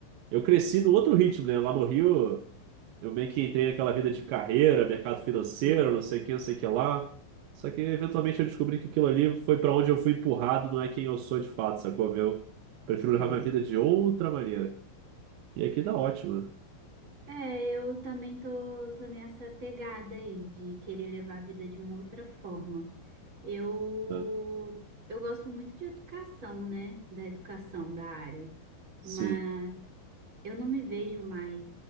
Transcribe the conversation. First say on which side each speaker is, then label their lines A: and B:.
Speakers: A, on the right; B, on the right.
A: Eu cresci no outro ritmo, né? Lá no Rio, eu meio que entrei naquela vida de carreira, mercado financeiro,
B: sim,
A: não sei o que, não sei o que lá. Só que eventualmente eu descobri que aquilo ali foi para onde eu fui empurrado, não é quem eu sou de fato, sacou? Eu prefiro
B: sei.
A: levar minha vida de outra maneira. E aqui dá ótimo,
B: É, eu também tô, tô nessa pegada aí de querer levar a vida de uma outra forma. Eu,
A: né?
B: eu gosto muito de educação, né? Da educação da área,
A: Sim,
B: mas eu não me vejo mais